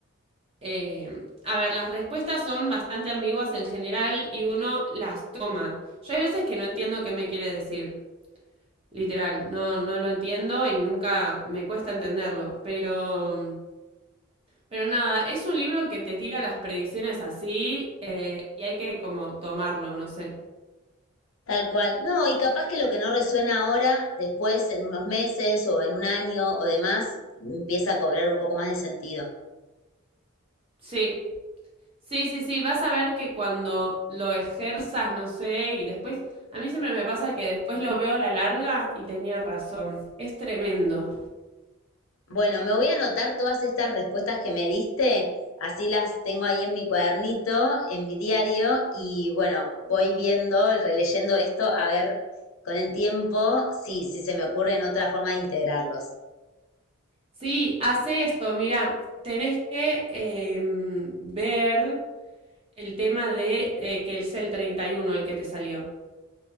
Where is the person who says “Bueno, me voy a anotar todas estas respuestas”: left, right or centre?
Left